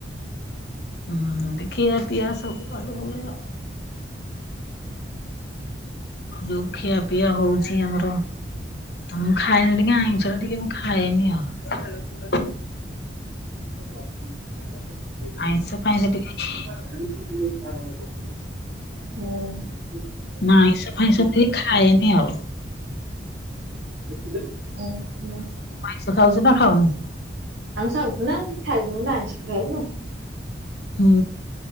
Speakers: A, on the left (about 60°); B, on the right (about 75°).
A: ହୁଁ ଖିଆ ପିଆ ସବୁ ଆଡୁ ହୁଏ ଆଉ। ଯୋଉ ଖିଆ ପିଆ ହଉଛି ଆମର ମୁଁ ଖାଇନି ଟିକେ ଆଇଁଷ ଟା ଟିକେ ମୁଁ ଖାଇ ଖାଏ ଇନିି ଆଉ।
B: ଯାଣି ଶୁଣି
A: ଆଇଁଷ ଫାଇଁଷ
B: କିଖାଉ
A: ଟିକେ
B: ନାହାନ୍ତି। ହୁଁ।
A: ମୁଁ ଆଇଁସ ଫାଇଁସ ଟିକେ ଖାଏନି ଆଉ।
B: ହେଇଚି ନା କୋଉ ଭଲି
A: ସେ ଖାଉଚି ନା ଖାଉନି?
B: ଆମେ ଖାଚୁନା ଖାଇବୁ ବୋଲି ଆଇସ ଟିକେ ଖାଇବୁନୁ।
A: ହୁଁ।